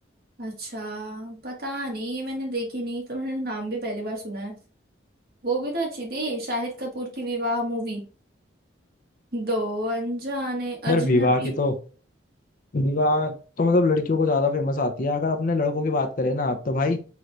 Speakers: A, on the right; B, on the left.
A: अच्छा पता नहीं मैंने देखी नहीं तो मैंने नाम भी पहली बार सुना है वो भी तो अच्छी थी शाहिद कपूर की विवाह मूवी दो अनजाने
B: यार
A: अजनबी
B: विवाह की तो विवाह तो मतलब लड़कियों को ज्यादा फेमस आती है अगर अपने लड़कों की बात करें ना तो भाई